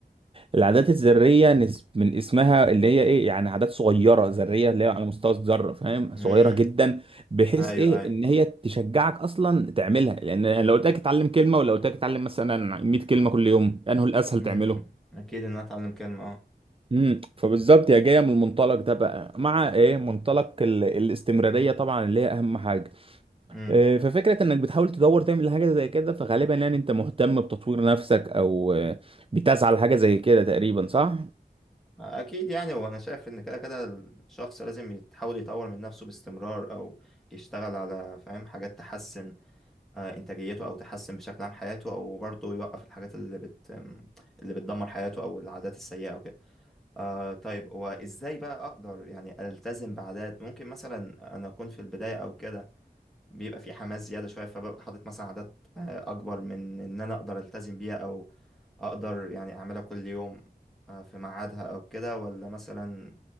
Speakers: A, on the right; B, in the centre.
A: العادات الذرية نس- من اسمها اللي هي ايه يعني عادات صغيرة ذرية اللي هي على مستوى الذرة فاهم
B: امم
A: صغيرة جدا بحيث
B: ايوه
A: ايه
B: ايوه
A: ان هي تشجعك اصلا تعملها لان يعني لو قلت لك اتعلم كلمة ولو قلت لك اتعلم مثلا 100 كلمة كل يوم انه الاسهل
B: امم
A: تعمله
B: اكيد ان انا اتعلم كلمه اه
A: امم فبالظبط هي جايه من المنطلق ده بقى مع ايه منطلق ال... الاستمراريه طبعا اللي هي اهم حاجه
B: امم
A: إيه ففكره انك بتحاول تدور تعمل حاجه زي كده فغالبا يعني انت مهتم بتطوير نفسك او آه، بتسعى لحاجه زي كده تقريبا صح
B: اكيد يعني وانا شايف ان كده كده الشخص لازم يحاول يطور من نفسه باستمرار او يشتغل على فاهم حاجات تحسن آه، انتاجيته او تحسن بشكل عام حياته او برضه يوقف الحاجات اللي بت اللي بتدمر حياته او العادات السيئه او كده آه طيب وازاي بقى اقدر يعني التزم بعادات ممكن مثلا انا اكون في البدايه او كده بيبقى في حماس زيادة شوية فببقى حاطط مثلا عادات آه، أكبر من إن أنا أقدر ألتزم بيها أو أقدر يعني أعملها كل يوم آه، في ميعادها أو كده ولا مثلا